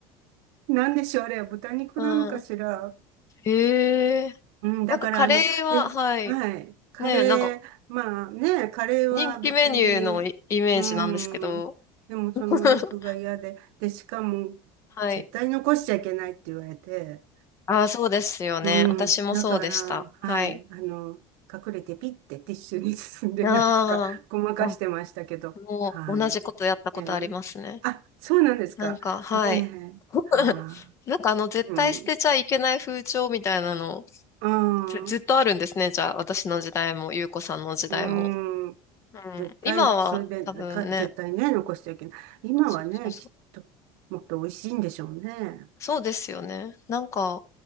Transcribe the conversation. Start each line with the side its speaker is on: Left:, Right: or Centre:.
Right: なんでしょう、あれ、豚肉なのかしら。
Left: うん。へえ。
Right: うん、だから、
Left: なんかカレーは、
Right: あの、で、
Left: はい。
Right: はい、カレー、
Left: ねえ、なんか
Right: まあね、カレーは別に、
Left: 人気メニューのイイメージなんですけど。
Right: うん、でもそのお肉が嫌で、
Left: <laughs>
Right: で、しかも、
Left: はい。
Right: 絶対残しちゃいけないって言われて、
Left: ああ、そうですよね。
Right: うん。
Left: 私もそうでした。
Right: だから、はい。
Left: はい。
Right: あの、隠れてピッてティッシュに包んでなんとか
Left: ああ、
Right: <laughs> ごまかしてましたけど。
Left: あもう同じことやったことありますね。
Right: はい。ええあ、そうなんですか。
Left: なんか、はい。
Right: ねえ。
Left: <laughs>
Right: はあ。
Left: なんかあの、絶対捨てちゃいけない風潮みたいなの、
Right: うん。ああ。
Left: ず、ずっとあるんですね。じゃあ、私の時代も、ゆうこさんの時代も。
Right: うん。
Left: うん。
Right: 絶対、
Left: 今は多分ね、
Right: それで、か、絶対ね、残してはいけない。今はね、
Left: そうそう
Right: きっと、もっと美味しいんでしょうね。
Left: そうですよね。なんか、